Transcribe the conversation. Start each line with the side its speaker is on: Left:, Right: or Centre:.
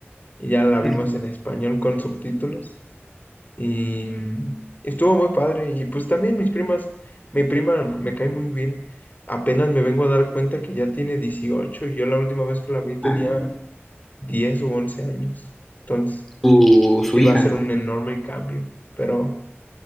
Left: Y ya la
Centre: Ujú.
Left: vimos en español con subtítulos. Y mm, estuvo muy padre. Y pues también mis primas, mi prima me cae muy bien. Apenas me vengo a dar cuenta que ya tiene 18 y yo la última vez que la vi tenía
Centre: Ah,
Left: 10 u 11 años. Entonces,
Centre: su,
Left: sí
Centre: su hija.
Left: va a ser un enorme cambio. Pero,